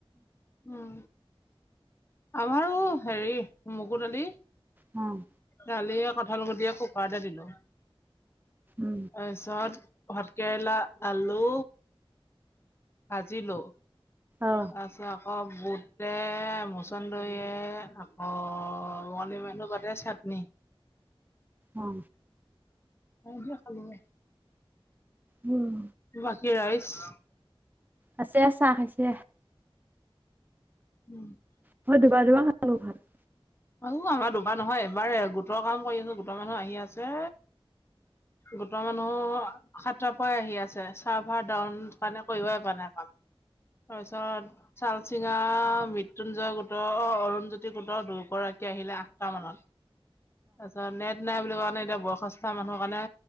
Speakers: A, on the left (about 25°); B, on the right (about 20°).
A: উম, আমাৰ হেৰি মগু দালি
B: উম।
A: দালি কঁঠালগুটিয়ে কুকাৰতে দিলো
B: উম
A: তাৰপিছত ভাতকেৰেলা আলু ভাজিলো
B: অ
A: তাৰছ আকৌ বুটে মুচন্দৰীয়ে আকৌণি মু পাতে চাত <unintelligible>
B: অ'।
A: এই দিয়ে খালো।
B: উম।
A: বাকী ৰাইচ।
B: আছে চাহ খাইছে।
A: উম।
B: সাদ বাদ মা খাল ভাল <unintelligible>
A: হো আমাৰ দুবাৰ নহয় এবাৰে গোটৰ কাম কৰি আছো গোটৰ মানুহ আহি আছে। গোটৰ মানুহো সাত পৰাই আহি আছে চাহফাহ ডাউন কাৰণে কৰিবই পৰা নাই কাম। তাৰপিছত চালচিঙা মৃত্যুঞ্জয় গোটৰ অ' অৰুণজ্যোতি গোটৰ দু আহিলে আঠটা মানত, তাৰছত নেট নাই বুলি কোৱা নাই, এতিয়া বয়সস্থা মানুহৰ কাৰণে